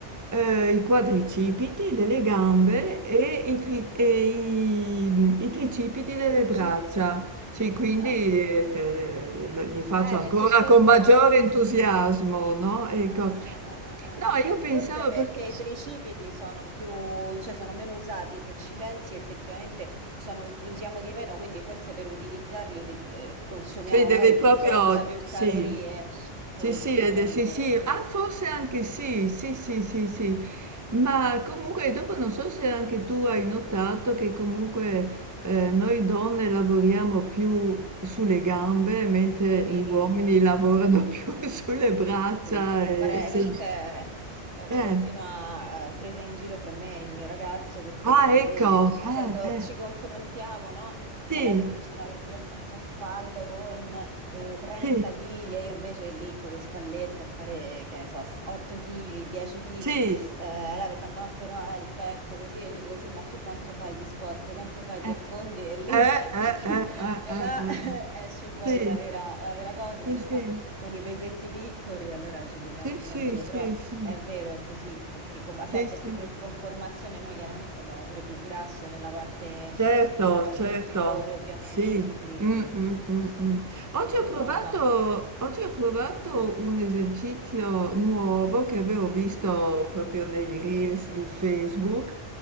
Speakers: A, on the right; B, on the right.
A: eh, i quadricipiti delle gambe
B: Mm,
A: e, i, tri- e i- i tricipiti delle
B: i tricipiti.
A: braccia. Sì, quindi
B: Ah.
A: eh, te- lo- li faccio
B: Eh,
A: ancora
B: perché forse...
A: con maggiore entusiasmo, no? Ecco.
B: ah, ah, ah, ah,
A: No,
B: ah.
A: io pensavo
B: Forse perché
A: perché...
B: i tricipiti sono più, cioè sono meno usati, se ci pensi effettivamente sono- li usiamo di meno, quindi forse per utilizzarli uti- eh, consumiamo
A: Sì, devi
B: magari
A: proprio
B: più forza, più
A: sì.
B: calorie, forse
A: Sì, sì, ed
B: mi viene
A: è- sì,
B: in mente.
A: sì, ah, forse anche sì, sì, sì, sì, sì, ma comunque dopo non so se anche tu hai notato che comunque eh, noi donne lavoriamo più sulle gambe, mentre
B: Sì,
A: gli uomini lavorano <laughs> più sulle braccia,
B: Sì, sì.
A: e,
B: Guarda,
A: sì.
B: eh, questa è è una
A: Eh,
B: continua eh, presa in giro fra me e il mio ragazzo perché
A: ah, ecco,
B: lui, ci-
A: eh,
B: quando
A: eh,
B: ci confrontiamo, no?
A: sì,
B: Allora lui mi dice no perché io ho fatto spalle con eh, 30
A: sì,
B: kg e io invece lì con le spallette a fare, che ne so, s- 8 kg, 10 kg.
A: sì,
B: Eh, allora mi fa no però eh, il petto così e io dico sì ma tu quanto fai di squat, quanto fai di
A: eh,
B: affondi e lì
A: eh,
B: <laughs>
A: eh,
B: capi?
A: eh, eh,
B: E
A: eh,
B: là
A: eh,
B: <laughs> esce fuori
A: sì.
B: la vera, la vera cosa
A: Sì,
B: che fa
A: sì,
B: con i pesetti piccoli, allora ci prendiamo
A: sì,
B: un
A: sì,
B: po' in giro,
A: sì,
B: però
A: sì,
B: è vero, è così, perché, com- vabbè,
A: sì, sì.
B: perché per conformazione noi chiaramente abbiamo pure più grasso nella parte,
A: Certo,
B: nella parte
A: certo,
B: inferiore, ovviamente,
A: sì.
B: quindi
A: Mm, mm, mm, mm. Oggi
B: c'è più
A: ho provato,
B: roba.
A: oggi ho provato un esercizio nuovo che avevo visto
B: Mhm.
A: proprio nei reels di Facebook,